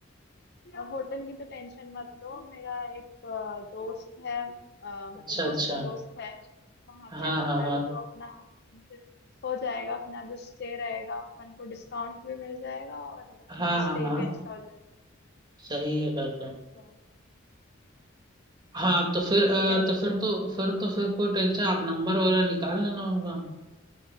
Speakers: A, on the left; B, on the right.
A: तो होटल की तो टेंशन मत लो मेरा एक अ, दोस्त है अ, मतलब
B: अच्छा
A: दोस्त
B: अच्छा
A: का दोस्त है वहाँ
B: हाँ
A: पे होटल
B: हाँ हाँ
A: तो अपना आराम से हो जाएगा अपना जो स्टे रहेगा अपन को डिस्काउंट भी मिल जाएगा और अपना
B: हाँ हाँ
A: स्टे
B: हाँ
A: भी अच्छा हो जाएगा
B: सही है फिर तो।
A: तो
B: हाँ तो फिर
A: उसकी
B: अ,
A: तो टेंशन
B: तो फिर
A: नहीं
B: तो फिर तो फिर कोई टेंशन आप नंबर वगैरह निकाल लेना उनका